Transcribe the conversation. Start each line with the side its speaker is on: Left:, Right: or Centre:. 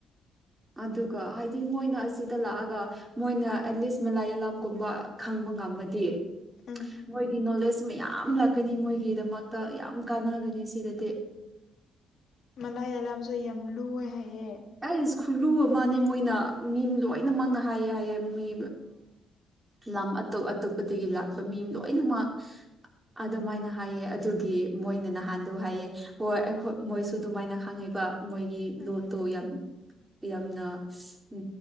Right: ꯑꯗꯨꯒ ꯍꯥꯏꯗꯤ ꯃꯣꯏꯅ ꯑꯁꯤꯗ ꯂꯥꯛꯑꯒ ꯃꯣꯏꯅ ꯑꯦꯠꯂꯤꯁ ꯃꯂꯥꯂꯥꯒꯨꯝꯕ ꯈꯪꯕ ꯉꯝꯃꯗꯤ
Left: ꯎꯝ
Right: ꯃꯣꯏꯒꯤ ꯅꯣꯂꯦꯖ ꯃꯌꯥꯝ ꯂꯥꯛꯀꯅꯤ ꯃꯣꯏꯒꯤꯗꯃꯛꯇ ꯌꯥꯝ ꯀꯥꯟꯅꯒꯅꯤ ꯁꯤꯗꯗꯤ
Left: ꯃꯅꯥꯏ ꯑꯂꯥꯝꯁꯨ ꯌꯥꯝ ꯂꯨꯋꯦ ꯍꯥꯏꯌꯦꯦ
Right: ꯑꯦ ꯏꯁ ꯈꯨꯜꯂꯨ ꯑꯃꯅꯦ ꯃꯣꯏꯅ ꯃꯤ ꯂꯣꯏꯅꯃꯛꯅ ꯍꯥꯏꯌꯦ ꯍꯥꯏꯌꯦꯦ ꯃꯤ ꯂꯝ ꯑꯇꯣꯞ ꯑꯇꯣꯞꯄꯗꯒꯤ ꯂꯥꯛꯄ ꯃꯤ ꯂꯣꯏꯅꯃꯛ ꯑꯗꯨꯃꯥꯏꯅ ꯍꯥꯏꯌꯦꯦ ꯑꯗꯨꯒꯤ ꯃꯣꯏꯅ ꯅꯍꯥꯟꯗꯨ ꯍꯥꯏꯑ ꯍꯣꯏ ꯑꯩꯈꯣꯏ ꯃꯣꯏꯁꯨ ꯑꯗꯨꯃꯥꯏꯅ ꯈꯪꯉꯦ ꯃꯣꯏꯒꯤ
Left: ꯎꯝ
Right: ꯂꯣꯟꯗꯣ ꯌꯥꯝ ꯌꯥꯝꯅ ꯎ